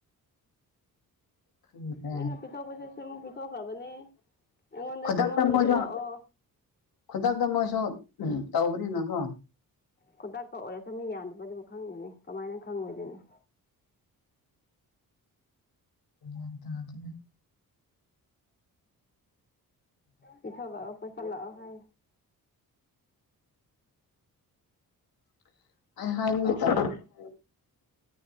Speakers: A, on the left; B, on the left.
A: ꯈꯪꯗ꯭ꯔꯦ
B: ꯑꯩꯅ ꯄꯤꯊꯣꯛꯄꯁꯤ ꯁꯤ ꯑꯃꯨꯛ ꯄꯤꯊꯣꯛꯈ꯭ꯔꯕꯅꯦ ꯑꯩꯉꯣꯟꯗꯁꯨ
A: ꯈꯨꯗꯛꯇ
B: ꯑꯃꯨꯛ ꯍꯟꯖꯤꯜꯂꯛꯑꯣ
A: ꯃꯣꯏꯁꯨ ꯈꯨꯗꯛꯇ ꯃꯣꯏꯁꯨ ꯇꯧꯕꯅꯤꯅꯀꯣ
B: ꯈꯨꯇꯥꯛꯇ ꯑꯣꯏꯔ ꯁꯃꯤ ꯌꯥꯟꯗꯕꯗꯨꯕꯨ ꯈꯪꯒꯅꯤ ꯀꯃꯥꯏꯅ ꯈꯪꯕꯣꯏꯗꯅꯣ
A: ꯎ ꯇ ꯑꯗꯨꯒ
B: ꯄꯊꯣ ꯂꯥꯛꯑꯣ ꯄꯩꯁꯥ ꯂꯥꯛꯑꯣ ꯍꯥꯏ
A: <inaudible>
B: ꯍꯥꯏꯌꯨ